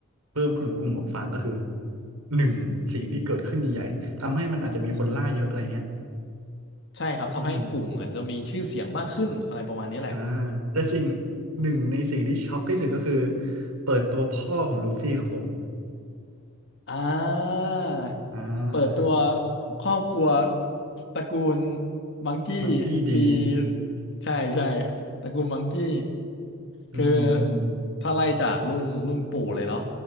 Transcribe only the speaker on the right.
เพิ่มขึ้นของกลุ่มหมวกฟางก็คือหนึ่งสิ่งที่เกิดขึ้นใหญ่ๆทำให้มันอาจจะมีคนล่าเยอะอะไรเงี้ย
อืมอ่าแต่สิ่งหนึ่งในสิ่งที่ช็อกที่สุดก็คือเปิดตัวพ่อของลูฟี่ครับผม
อ่า
มังกี้ดี
<laughs> อืมอืม